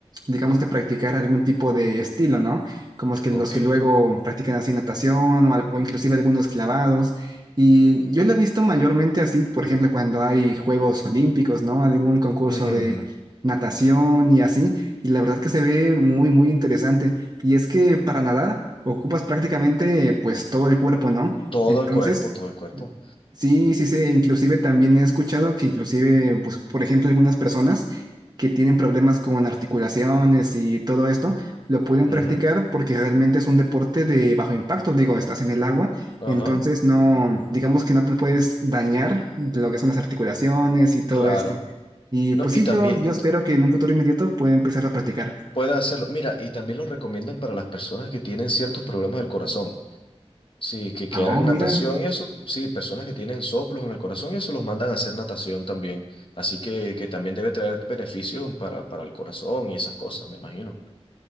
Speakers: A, on the right; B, on the left.
A: digamos que practicar algún tipo de estilo, ¿no? Como es que los
B: Ok.
A: que luego practican así natación o, al- o inclusive algunos clavados. Y yo lo he visto mayormente así, por ejemplo, cuando hay Juegos Olímpicos, ¿no? Algún concurso
B: Ujú,
A: de
B: ujú.
A: natación y así. Y la verdad que se ve muy, muy interesante. Y es que para nadar ocupas prácticamente pues todo el cuerpo, ¿no?
B: Todo
A: Entonces,
B: el cuerpo, todo el cuerpo.
A: sí, sí, sí, inclusive también he escuchado que inclusive, pues, por ejemplo, algunas personas que tienen problemas con articulaciones y todo esto, lo pueden practicar
B: Ujú.
A: porque realmente es un deporte de bajo impacto, digo, estás en el agua,
B: Ajá.
A: entonces no, digamos que no te puedes dañar lo que son las articulaciones y todo
B: Claro.
A: esto. Y
B: No,
A: pues
B: y
A: sí,
B: también
A: yo, yo espero que en un futuro inmediato pueda empezar a practicar.
B: puede hacerlo. Mira, y también lo recomiendan para las personas que tienen ciertos problemas del corazón. Sí, que, que
A: Ah,
B: hagan
A: mira,
B: natación y eso. Sí, personas que tienen soplos en el corazón y eso los mandan a hacer natación también. Así que, que también debe traer beneficios para, para el corazón y esas cosas, me imagino.